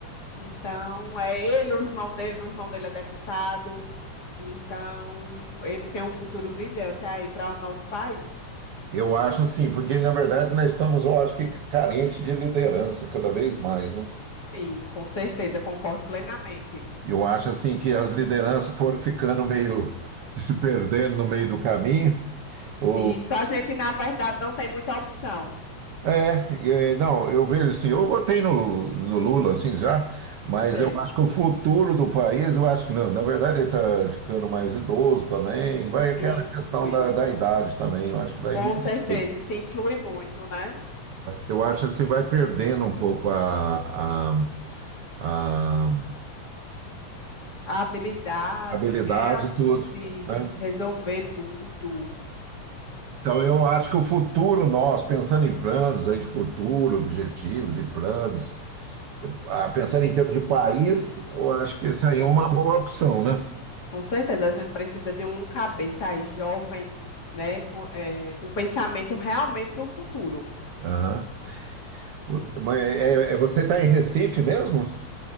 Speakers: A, on the left; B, on the right.
A: Então, é ele, o irmão dele, o irmão dele é deputado. Então, ele tem um futuro brilhante aí para o nosso país.
B: Eu acho assim, porque na verdade nós estamos, eu acho que carente de lideranças cada vez mais, né?
A: Sim, com certeza, concordo plenamente.
B: Eu acho assim que as lideranças foram ficando meio se perdendo no meio do caminho. Ou,
A: E só a gente, na verdade, não tem muita opção.
B: é, e, eh, não, eu vejo assim, eu votei no, Lu- no Lula assim já, mas
A: Sei.
B: eu acho que o futuro do país, eu acho que não, na verdade ele está ficando mais idoso também, vai aquela
A: Isso,
B: questão
A: isso.
B: da, da idade também, eu acho que daí
A: Com
B: não tem
A: certeza,
B: jeito.
A: isso influi muito, né?
B: Eu acho assim, vai perdendo um pouco a, a, a
A: A habilidade,
B: habilidade
A: né? Assim,
B: e tudo,
A: de
B: né?
A: resolver tudo.
B: Então, eu acho que o futuro nosso, pensando em planos aí de futuro, objetivos e planos, eu- ah, pensando em termos de país, eu acho que isso aí é uma boa opção, né?
A: Com certeza, a gente precisa de um cabeça aí jovem, né, com, eh, com pensamento realmente no futuro.
B: Aham. O- Mas é, é- você está em Recife mesmo?